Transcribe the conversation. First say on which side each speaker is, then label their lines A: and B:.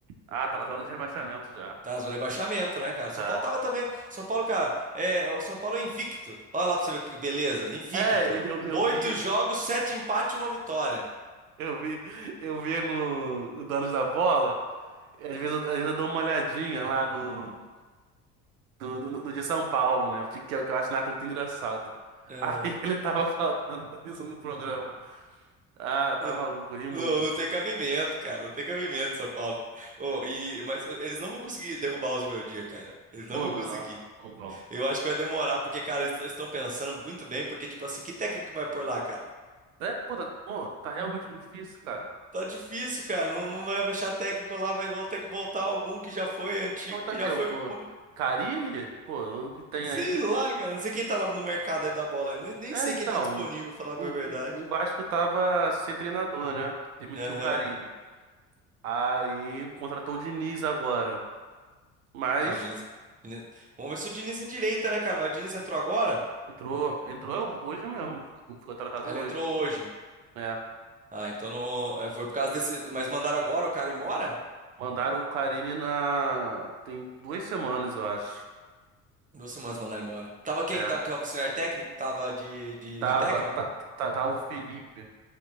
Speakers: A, on the right; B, on the right.
A: ah, tá na zona de rebaixamento já.
B: Tá na zona de rebaixamento, né, cara? São
A: Tá.
B: Paulo tava também. São Paulo, cara, é, o São Paulo é invicto. Olha lá pra você ver que beleza. Invicto.
A: É, eu, eu
B: Oito
A: vi
B: jogos, sete empates e uma vitória.
A: Eu vi, eu vi no o Donos da Bola, às vezes, eu- às vezes eu dou uma olhadinha lá no, no, no- no de São Paulo, né? Porque que eu, que eu acho o Nathan muito engraçado. <laughs>
B: Aham.
A: Aí ele tava falando <laughs> isso no programa. Ah, tá
B: N-
A: maluco, eu ri muito.
B: Não, não tem cabimento, cara. Não tem cabimento, São Paulo. Ô, e, mas eles não vão conseguir derrubar os meu dia, cara. Eles não
A: Pô,
B: vão
A: não,
B: conseguir.
A: não, não vão.
B: Eu acho que vai demorar, porque, cara, eles estão pensando muito bem, porque, tipo assim, que técnico vai por lá, cara?
A: É, pô, tá, pô, tá realmente difícil, cara.
B: Tá difícil, cara. Não, não vai achar técnico lá, vai vol- ter que voltar algum que já foi antigo,
A: Ah, mas tá
B: que
A: aqui,
B: já
A: é
B: foi.
A: o co-
B: ruim.
A: Carille? Pô, o que tem
B: Sei
A: aí?
B: lá, cara. Não sei quem tá lá no mercado aí da bola. Eu nem nem
A: É,
B: sei
A: então,
B: quem tá disponível, falar
A: o,
B: bem a verdade.
A: o, o Vasco tava sem treinador, né? Demitiu
B: Aham.
A: o Carille. Aí contratou o Diniz agora. Mas
B: Ah, o Diniz, Diniz- Vamos ver se o Diniz endireita, né, cara? Mas o Diniz entrou agora?
A: entrou, entrou hoje mesmo. Ficou tratado
B: Ah, ele
A: hoje.
B: entrou hoje.
A: É.
B: Ah, então não... é, foi por causa desse. Mas mandaram agora o cara embora?
A: Mandaram o Carille na. Tem duas semanas, eu acho.
B: Duas semanas mandaram embora. Tava quem
A: É.
B: que tava, que tava auxiliar técnico? Tava de, de,
A: Tava,
B: de técnico?
A: tá, tá- tava o Felipe,